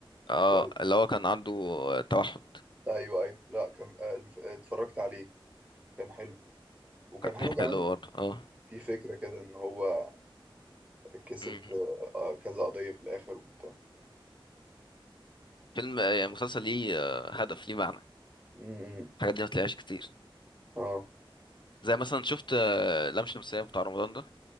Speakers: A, on the left (about 55°); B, on the right (about 15°).
A: اه
B: ولا
A: اللي هو كان عنده توحد
B: أيوه أيوه لا كان آه، الف- اتفرجت عليه كان حلو وكان
A: كان
B: حلو كمان
A: حلو برضه اه
B: في فكرة كده إن هو كسب
A: مم.
B: آه، كذا قضية في الآخر وبتاع
A: فيلم آه، يعني مسلسل ليه آه، هدف ليه معنى
B: امم
A: الحاجات دي ما تلاقيهاش كتير
B: اه
A: زي مثلا شفت آه، لام شمسية بتاع رمضان ده